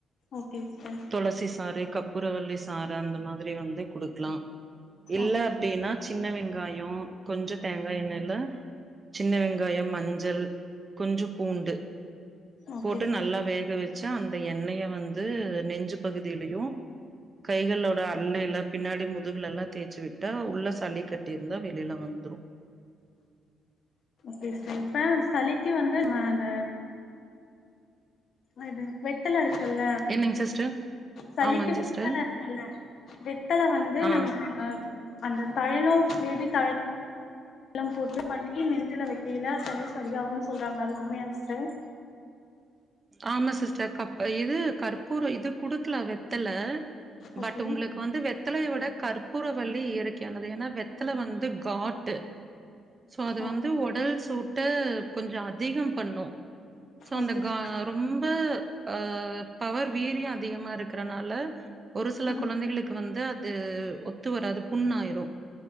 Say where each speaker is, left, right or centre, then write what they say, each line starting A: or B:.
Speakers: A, on the left (about 60°); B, on the right (about 30°).
A: ஓகே சிஸ்டர்
B: தொளசி சாறு கப் பூரவள்ளி சாறு அந்த மாதிரி வந்து குடுக்கலா இல்ல
A: ஓகே
B: அப்டின்னா
A: சிஸ்டர்
B: சின்ன வெங்காயோ கொஞ்ச தேங்கா எண்ணெல சின்ன வெங்காயம் மஞ்சள் கொஞ்சப் பூண்டு
A: ஓகே
B: போட்டு
A: சிஸ்டர்
B: நல்லா வேக வச் சா அந்த எண்ணெய வந்து நெஞ்சு பகுதிலயு கைகளோ எல்லா பின்னாடி முதுகுலலா தேச்சு விட்டா உள்ள சளி கட் டிருந்தா வெளில வந்துரு
A: சிஸ்டன் ப்ப சளிக்கு வந்து நம்ம அந்த அது வெத்தல இருக்குல்ல
B: என்னங்க சிஸ்டர்
A: சளிக்கு
B: ஆமாங் சிஸ்டர்
A: வெத்தல இருக்குல்ல வெத்தல வந்து
B: ஆ
A: நம்ம அ அந்த தைலோ மேபி தை லம் போட்டு பண்ணி நெஞ்சுல வெக்கயில சளி சரியாகுன் சொல்றாங்களே அது உண்மையா சிஸ்டர்
B: ஆமா சிஸ்டர் கப்ப இது கற்பூர இது குடுக்லா வெத் தலை
A: ஓகே
B: பட் உங்களுக்கு வந்து வெத் த்தலைய வெட கற்பூரவள்ளி இயற்கையானது எனா வெத்தல வந்து காட்டு ஸோ அது வந்து
A: ஓகே
B: ஒடல் சூட்ட கொஞ்ச அதிகம் பண்ணு ஸோ அந்த
A: ஓகே
B: கா
A: சிஸ்டர்
B: ரொம்ப அ பவர் வீரிய அதிகமா இருக்கறனால ஒரு சில
A: ம்
B: குழந்தைகளுக்கு வந்து அது ஒத்து வராது புண்ணாயிரு